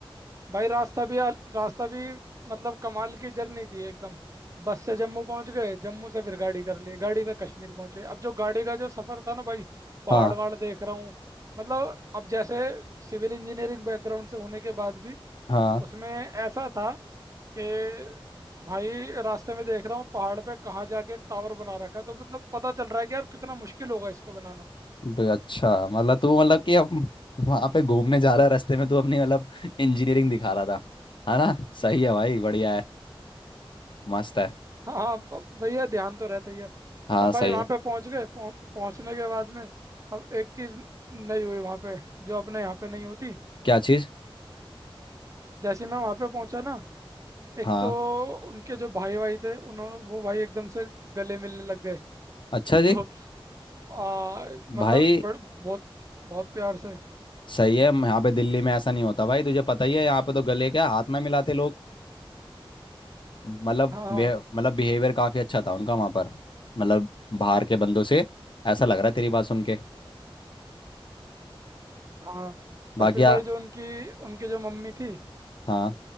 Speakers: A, on the right; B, on the left.
A: भाई रास्ता भी अल- रास्ता भी मतलब कमाल की जर्नी थी एकदम बस से जम्मू पहुंच गए जम्मू से फिर गाड़ी कर ली गाड़ी से कश्मीर पहुंचे अब जो गाड़ी का जो सफर था ना भाई पहाड़
B: हाँ
A: वहाड़ देख रहा हूँ मतलब अब जैसे सिविल इंजीनियरिंग बैकग्राउंड से होने के बाद भी
B: हाँ
A: उसमें ऐसा था कि भाई रास्ते में देख रहा हूँ पहाड़ पे कहाँ जाके एक टावर बना रखा है तो मतलब पता चल रहा है कि यार कितना मुश्किल होगा इसको बनाना
B: ब- अच्छा मतलब तू मतलब कि अब वहाँ पे घूमने जा रहा है रास्ते में तू अपनी मतलब इंजीनियरिंग दिखा रहा था है ना सही है भाई बढ़िया है मस्त है
A: हाँ हाँ, अब भैया ध्यान तो रहता ही है
B: हाँ
A: अब
B: सही
A: भाई वहां
B: है
A: पे पहुंच गए पहुंच पहुंचने के बाद में अब एक चीज नहीं हुई वहां पे जो अपने यहाँ पे नहीं होती
B: क्या चीज़
A: जैसे मैं वहां पे पहुंचा ना एक
B: हाँ
A: तो उनके जो भाई भाई थे उन्होंने वो भाई एकदम से गले मिलने लग गए <laughs>
B: अच्छा
A: तो
B: जी
A: आ, मतलब
B: भाई
A: बड़, बहुत बहुत प्यार से
B: सही है म- यहाँ पे दिल्ली में ऐसा नहीं होता भाई तुझे पता ही है यहाँ पे तो गले क्या हाथ ना मिलाते लोग मतलब
A: हाँ हाँ
B: वे मतलब बिहेवियर काफ़ी अच्छा था उनका वहाँ पर मतलब बाहर के बंदों से ऐसा लग रहा है तेरी बात सुन के
A: हाँ
B: बाकी
A: और फिर
B: आ,
A: भाई जो उनकी उनकी जो मम्मी थी
B: हाँ